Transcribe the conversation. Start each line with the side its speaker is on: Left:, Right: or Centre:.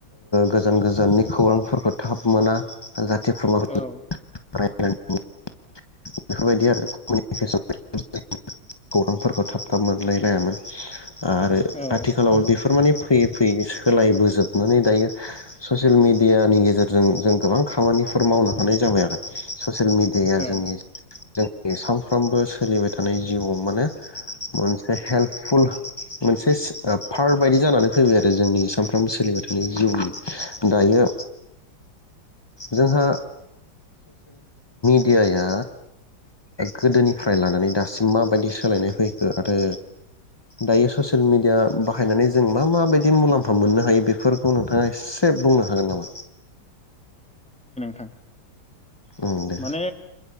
Left: गोजान गोजाननि खौरांफोरखौ थाब मोना। जाथि खुरमाफोरनि
Centre: औ
Left: <unintelligible> बेफोरबायदि आरो <unintelligible> खौरांफोरखौ थाब थाब मोनलायलायामोन। आरो
Centre: औ
Left: आथिखालाव बेफोर माने फैयै फैयै सोलायबोजोबनानै दायो ससियेल मिडियानि गेजेरजों जों गोबां खामानिफोर मावनो हानाय जाबाय आरो ससियेल मिडिया जोंनि
Centre: औ
Left: जोंनि सानफ्रामबो सोलिबाय थानाय जिउआव माने मोन हेल्पफुल मोन पार्ट बायदि जानानै फैबाय आरो जोंनि सानफ्रामबो सोलिबाय थानाय जिउनि दायो जोंहा मिदियाया गोदोनिफ्राय लानानै दासिम माबायदि सोलायनाय फैखो आरो दायो ससेयेल मिडिया बाहायनानै जों मा माबायदि मुलाम्फा मोननो हायो बेफोरखौ नोंथाङा एसे बुंनो हागोन नामा
Centre: थां
Left: उम दे
Centre: माने